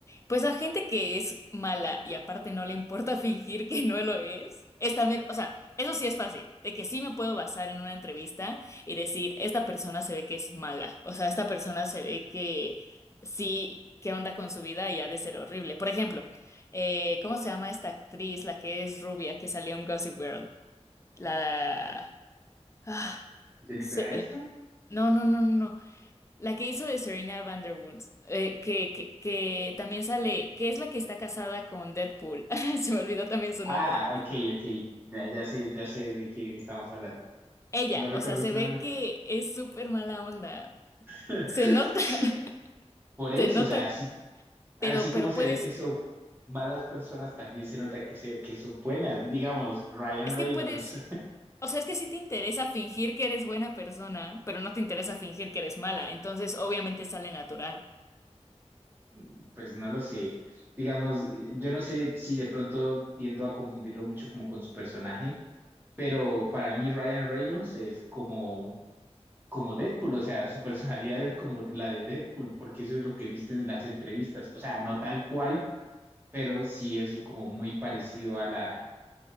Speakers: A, on the left; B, on the right.
A: Pues a gente que es mala y aparte no le importa <laughs> fingir que no lo es, es también, o sea, eso sí es fácil, de que sí me puedo basar en una entrevista y decir, esta persona se ve que es mala, o sea, esta persona se ve que sí, qué onda con su vida y ha de ser horrible. Por ejemplo, eh, ¿cómo se llama esta actriz, la que es rubia, que salió en Gossip Girl? La... ah,
B: Jennifer
A: se-
B: Aniston.
A: eh, no, no, no, no. no. La que hizo de Serena Van der Woodst, eh, que, que, que también sale, que es la que está casada con Deadpool. <laughs> Se me olvidó también su
B: Ah,
A: nombre.
B: ok, ok, ya, ya sé, ya sé de quién estamos hablando.
A: Ella,
B: No recuerdo
A: o sea, se
B: su
A: ve
B: nombre.
A: que es súper mala onda.
B: <laughs>
A: Se nota, <laughs>
B: Por eso,
A: se nota,
B: o sea, sí, Así
A: pero,
B: como
A: pero
B: se
A: puedes,
B: ve que son malas personas, también se nota que, se, que son buenas. Digamos, Ryan
A: es
B: Reynolds,
A: que puedes, o sea, es que sí te interesa fingir que eres buena persona, pero no te interesa fingir que eres mala, entonces obviamente sale natural.
B: <laughs> mm, pues no lo sé. Digamos, eh, yo no sé si de pronto tiendo a confundirlo mucho como con su personaje, pero para mí Ryan Reynolds es como, como Deadpool, o sea, su personalidad es como la de Deadpool, porque eso es lo que viste en las entrevistas. O sea, no tal cual, pero sí es como muy parecido a la,